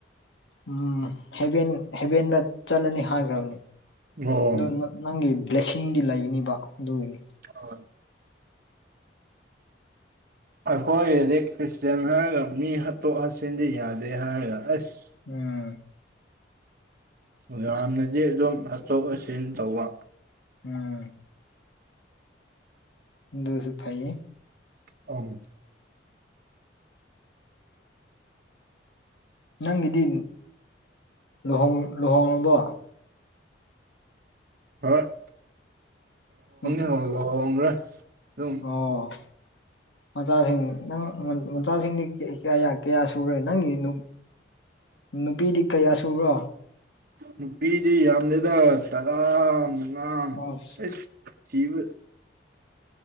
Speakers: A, on the left; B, on the right.
A: ꯎ ꯍꯕꯦꯟ ꯍꯦꯕꯦꯟꯅ ꯆꯠꯂꯅꯤ ꯍꯥꯏꯈ꯭ꯔꯝꯅꯤ
B: ꯑꯣ
A: ꯑꯗꯨ ꯅꯪꯒꯤ ꯕ꯭ꯂꯦꯁꯤꯡꯗꯤ ꯂꯩꯒꯅꯤꯕ ꯑꯗꯨꯒꯤ
B: <unintelligible> ꯑꯩꯈꯣꯏꯒꯤꯗꯤ ꯈ꯭ꯔꯤꯁꯇꯦꯟ ꯍꯥꯏꯔꯒ ꯃꯤ ꯍꯥꯠꯇꯣꯛ ꯍꯥꯞꯆꯤꯟꯗꯤ ꯌꯥꯗꯦ ꯍꯥꯏꯔꯒ ꯑꯁ
A: ꯎꯝ
B: ꯌꯥꯝꯅꯗꯤ ꯑꯗꯨꯝ ꯍꯥꯠꯇꯣꯛ ꯍꯥꯆꯤꯟ ꯇꯧꯕ
A: ꯎꯝ ꯗꯨꯁꯨ ꯐꯩꯌꯦ
B: ꯑꯝ
A: ꯅꯪꯒꯤꯗꯤ ꯂꯨꯍ‌ꯣꯡ ꯂꯨꯍꯣꯡꯔꯕꯣ
B: <unintelligible>
A: ꯅꯨꯞ-
B: ꯑꯗꯨꯝ
A: ꯑꯣ ꯃꯆꯥꯁꯤꯡ ꯅꯪ ꯃꯆꯥꯁꯤꯡꯒꯤ ꯀꯌꯥ ꯁꯨꯔꯦ ꯅꯪꯒꯤ ꯅꯨ ꯅꯨꯄꯤꯗꯤ ꯀꯌꯥ ꯁꯨꯕ꯭ꯔꯣ
B: ꯅꯨꯄꯤꯗꯤ ꯌꯥꯝꯗ꯭ꯔꯦꯗ ꯇꯔꯥ ꯃꯉꯥ
A: ꯑꯁ
B: ꯑꯩꯁ ꯊꯕ